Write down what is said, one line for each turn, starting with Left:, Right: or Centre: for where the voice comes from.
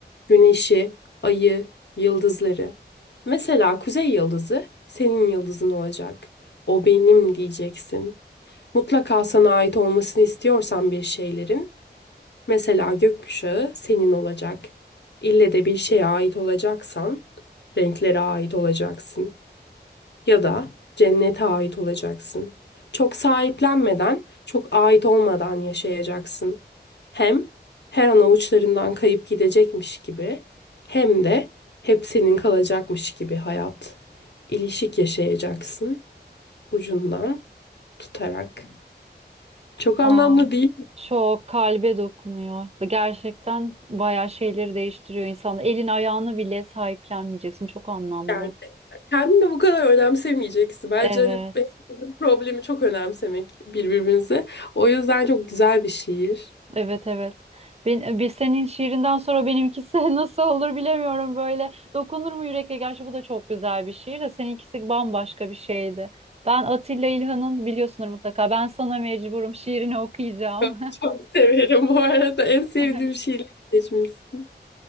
Left: Güneşi, ayı, yıldızları. Mesela kuzey yıldızı senin yıldızın olacak. O benim diyeceksin. Mutlaka sana ait olmasını istiyorsan bir şeylerin, Mesela gökkuşağı senin olacak. İlle de bir şeye ait olacaksan renklere ait olacaksın. Ya da cennete ait olacaksın. Çok sahiplenmeden, çok ait olmadan yaşayacaksın. Hem her an avuçlarından kayıp gidecekmiş gibi hem de hep senin kalacakmış gibi hayat. İlişik yaşayacaksın ucundan tutarak. Çok anlamlı
Right: Aa,
Left: değil mi
Right: çok kalbe dokunuyor. Gerçekten bayağı şeyleri değiştiriyor insan. Elin ayağını bile sahiplenmeyeceksin. Çok anlamlı.
Left: yani? Kendini bu kadar önemsemeyeceksin. Bence
Right: Evet.
Left: hani hepimizin problemi çok önemsemek birbirimize. O yüzden çok güzel bir şiir.
Right: Evet evet. Ben, e, bir senin şiirinden sonra benimkisi <laughs> nasıl olur bilemiyorum böyle. Dokunur mu yürekle? Gerçi bu da çok güzel bir şiir de seninkisi bambaşka bir şeydi. Ben Atilla İlhan'ın biliyorsunuz mutlaka. Ben sana mecburum şiirini okuyacağım.
Left: Çok çok <laughs> severim bu arada. En sevdiğim
Right: <laughs>
Left: şiirleri seçmişsin.